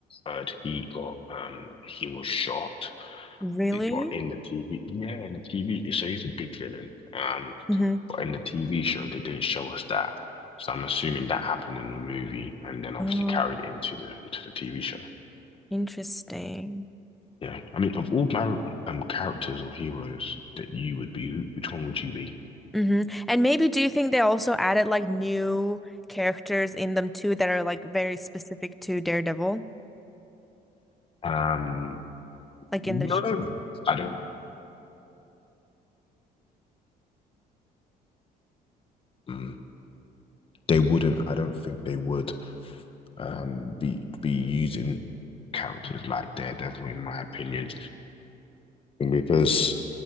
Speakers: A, on the left; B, in the centre.
A: I heard he got um he was shot,
B: Really?
A: but in the TV, yeah, in the TV. So he's a big villain. Um,
B: hmm
A: But in the TV show, they didn't show us that. So I'm assuming that happened in the movie and then obviously
B: Oh,
A: carried into the into the TV show.
B: interesting.
A: Yeah. I mean, of all my um characters or heroes that you would be, which one would you be?
B: Mm-hmm. And maybe do you think they also added like new characters in them too that are like very specific to Daredevil?
A: Um,
B: like
A: no,
B: in the show.
A: I don't. mm, They wouldn't. I don't think they would um be be using characters like Daredevil in my opinion because